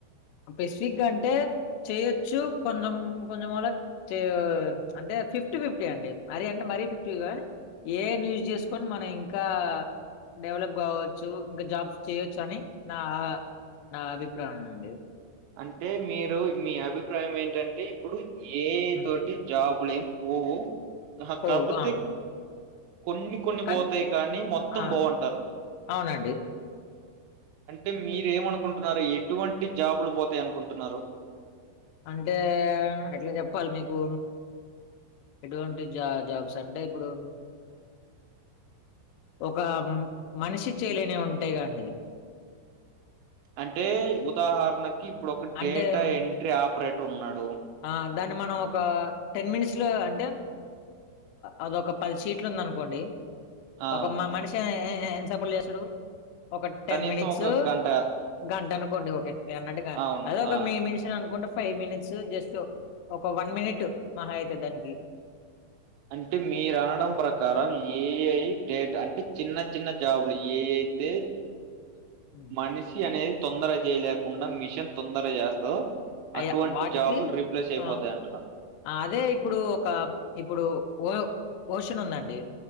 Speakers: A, on the left; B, on the right.
A: పెసిఫిక్గ అంటే చేయొచ్చు కొంచం కొంచెం <unintelligible> అంటే ఫిఫ్టీ ఫిఫ్టీ అండి అరే అండి మరీ <unintelligible> ఏఐ ని యూస్ చేసుకొని మనం ఇంకా డెవలప్ కావచ్చు ఇంక జాబ్స్ చేయొచ్చు అని నా నా అభిప్రాయం అండి
B: అంటే మీరు మీ అభిప్రాయం ఏంటంటే ఇప్పుడు ఏ ఐ
A: హ్మ్.
B: తో జాబులేం పోవు
A: ఓహ్!
B: కాకపోతే
A: ఆ!
B: కొన్ని కొన్ని
A: కానీ
B: పోతాయి కానీ మొత్తం
A: ఆ!
B: పోవంటరు
A: అవునండి.
B: అంటే మీరేమనుకుంటున్నారు ఎటువంటి జాబులు పోతాయి అనుకుంటున్నారు
A: అంటే ఎట్ల చెప్పాలి మీకు ఎటువంటి జ జాబ్స్ అంటే ఇబ్బుడు ఒక మనిషి చేయలేనివి ఉంటాయి గా అండి
B: అంటే ఉదాహరణకి ఇప్పుడు ఒక
A: అంటే
B: డేట
A: హ్మ్.
B: ఎంట్రీ ఆపరేటర్ ఉన్నారు
A: ఆ దాన్ని మనం ఒక టెన్ మినిట్స్ లో అంటే అదొక పది షీట్లు ఉంది అనుకోండి
B: ఆ
A: ఒక మా మనిషి <unintelligible> టెన్
B: కనీసం
A: మినిట్స్
B: ఒక గంట
A: గంట అనుకోండి ఓకే మీ అన్నట్టుగ
B: అవును
A: అద ఒక
B: ఆ
A: మే మినిషిని అనుకోంటే ఫైవ్ మినిట్స్ జస్ట్ ఒక వన్ మినిట్ మహా అయితే దానికి
B: అంటే మీరు అనడం ప్రకారం ఏఐ గ్రేట్ అంటే చిన్న చిన్న జాబులు ఏ అయితే
A: హ్మ్.
B: మనిషి అనేది తొందర చేయలేకుండా మిషన్ తొందర చేస్తదొ
A: అయ్యా!
B: అటువంటి
A: వాటికి
B: జాబులు రీప్లేస్ అయిపోతాయి
A: ఆ!
B: అంటున్న
A: అదే ఇప్పుడు ఒక ఇప్పుడు ఓ ఓషన్ ఉందండి